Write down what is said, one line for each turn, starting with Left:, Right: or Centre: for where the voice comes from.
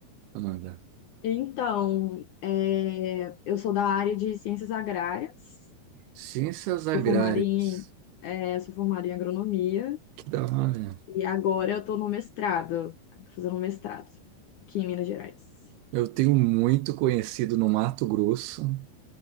Right: Amanda?
Left: Então, é, eu sou da área de ciências agrárias,
Right: Ciências
Left: sou
Right: agrárias.
Left: formada em, é, sou formada em agronomia
Right: Que da hora.
Left: E agora eu tô no mestrado, fazendo um mestrado aqui em Minas Gerais.
Right: Eu tenho muito conhecido no Mato Grosso